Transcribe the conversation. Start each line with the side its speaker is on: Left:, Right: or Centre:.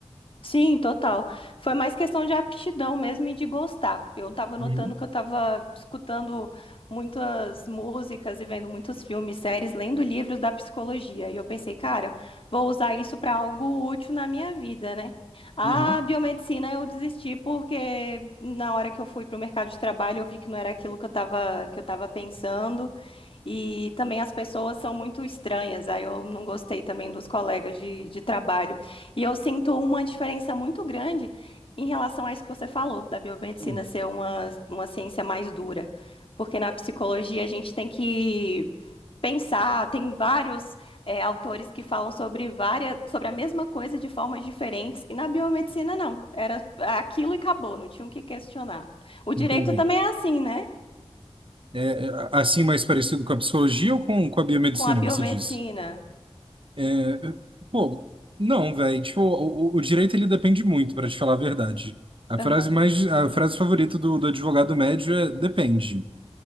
Left: Sim, total. Foi mais questão de aptidão mesmo e de gostar. Eu estava notando
Right: Uhum,
Left: que eu estava escutando muitas músicas e vendo muitos filmes, séries, lendo livros da psicologia. E eu pensei, cara, vou usar isso para algo útil na minha vida, né? A
Right: uhum,
Left: biomedicina eu desisti porque na hora que eu fui para o mercado de trabalho eu vi que não era aquilo que eu estava que eu estava pensando. E também as pessoas são muito estranhas, aí eu não gostei também dos colegas de, de trabalho. E eu sinto uma diferença muito grande em relação a isso que você falou, da biomedicina
Right: uhum.
Left: ser uma, uma ciência mais dura. Porque na psicologia a gente tem que pensar, tem vários é, autores que falam sobre várias, sobre a mesma coisa de formas diferentes, e na biomedicina não, era aquilo e acabou, não tinha o que questionar. O direito
Right: Entendi.
Left: também é assim, né?
Right: É, é, assim mais parecido com a psicologia ou com, com a biomedicina,
Left: Com a biomedicina.
Right: você disse? É, é, Pô, não, velho. Tipo, o, o- o direito ele depende muito, para te falar a verdade. A
Left: Aham.
Right: frase mais, a frase favorita do, do advogado médio é depende. É,